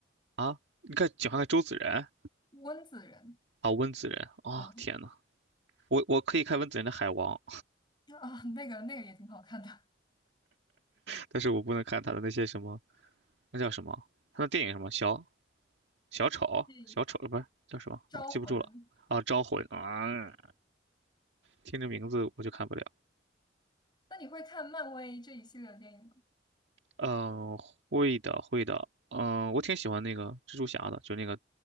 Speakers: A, on the right; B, on the left.
A: 啊。你看，喜欢看周子仁
B: 温子仁，
A: 啊，温子仁啊，
B: 嗯
A: 天呐，我我可以看温子仁的《海王》，
B: 啊，那个那个也挺好看的，
A: 但是我不能看他的那些什么，那叫什么？他的电影什么？小小丑，
B: 对，
A: 小丑不是叫什么？
B: <laughs> 招魂。
A: 我、记不住了啊，招魂啊，听这名字我就看不了。
B: 那你会看漫威这一系列的电影吗？
A: 嗯，会的，会的。嗯，我挺喜欢那个蜘蛛侠的，就那个